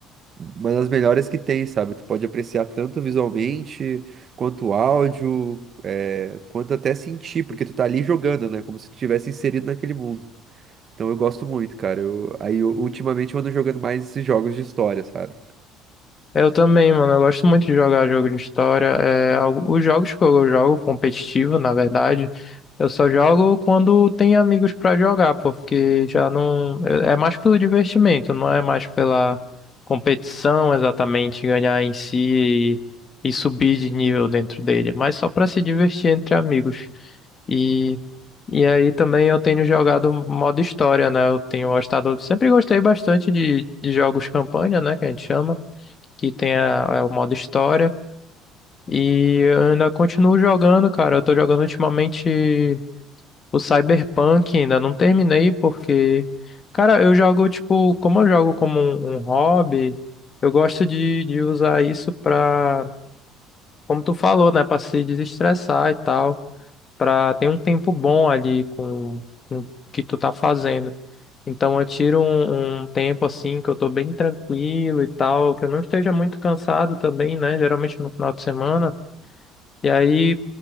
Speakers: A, on the right (about 30°); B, on the left (about 25°).
A: Uma das melhores que tem, sabe? Tu pode apreciar tanto visualmente, quanto áudio, é, quanto até sentir, porque tu tá ali jogando, né? Como se tu tivesse inserido naquele mundo. Então eu gosto muito, cara. Eu, aí eu- ultimamente eu ando jogando mais esses jogos de história, sabe?
B: Eu também, mano. Eu gosto muito de jogar jogo de história. É, al- os jogos que eu jogo competitivo, na verdade, eu só jogo quando tem amigos pra jogar, porque já não. É é mais pelo divertimento, não é mais pela competição exatamente, ganhar em si e, e subir de nível dentro dele, mas só pra se divertir entre amigos. E, e aí também eu tenho jogado modo história, né? Eu tenho gostado, sempre gostei bastante de, de jogos campanha, né? Que a gente chama que tem a- é o modo história. E eu ainda continuo jogando, cara. Eu tô jogando ultimamente o Cyberpunk, ainda não terminei, porque, cara, eu jogo, tipo, como eu jogo como um, um hobby, eu gosto de, de usar isso pra, como tu falou, né, pra se desestressar e tal para ter um tempo bom ali com, com o que tu tá fazendo. Então eu tiro um, um tempo assim que eu tô bem tranquilo e tal, que eu não esteja muito cansado também, né? Geralmente no final de semana. E aí